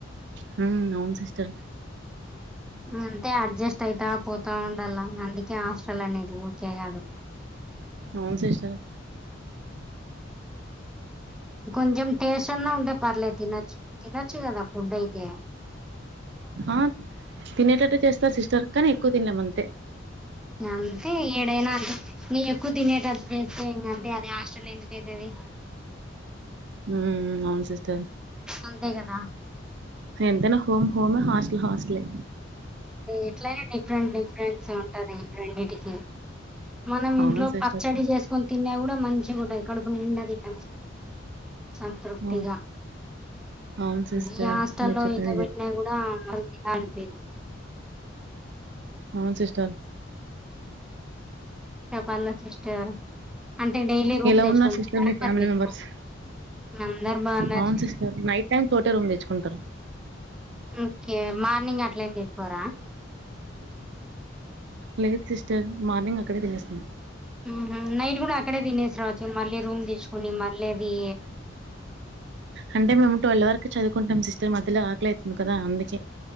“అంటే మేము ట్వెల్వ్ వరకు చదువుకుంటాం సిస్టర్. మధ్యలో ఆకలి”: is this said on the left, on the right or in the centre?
Right